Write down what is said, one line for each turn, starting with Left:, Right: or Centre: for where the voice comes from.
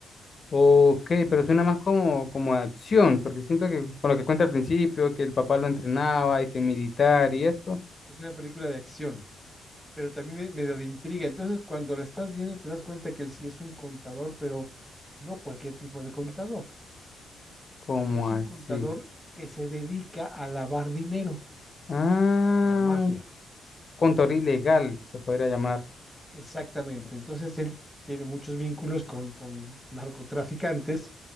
Left: Ok, pero suena más como, como acción, porque siento que con lo que cuenta al principio, que el papá lo entrenaba y que militar
Centre: Sí.
Left: y esto,
Centre: Es una película de acción, pero también me- medio de intriga. Entonces, cuando la estás viendo, te das cuenta que él sí es un contador, pero no cualquier tipo de contador.
Left: como
Centre: Es
Left: así.
Centre: un contador que se dedica a lavar dinero
Left: Ah,
Centre: de la mafia.
Left: un contador ilegal se podría llamar.
Centre: Exactamente. Entonces él tiene muchos vínculos con, con narcotraficantes